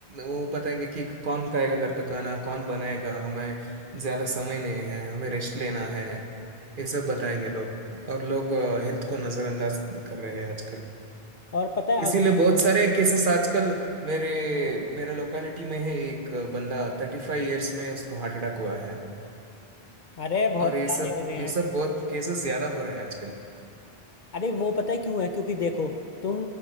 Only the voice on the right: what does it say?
वो बताएंगे कि कौन खाएगा घर का खाना कौन बनाएगा हमें ज्यादा समय नहीं है हमें रेस्ट लेना है ये सब बताएंगे लोग और लोग हेल्थ को नजरअंदाज कर रहे हैं आजकल
इसीलिए
बहुत सारे केसेस आजकल मेरे मेरे लोकेलिटी में है एक बंदा थर्टी फाइव ईयर्स में उसको हार्ट अटैक हुआ है
और ये
सब
ये सब
बहुत केसेस ज्यादा हो रहे हैं आजकल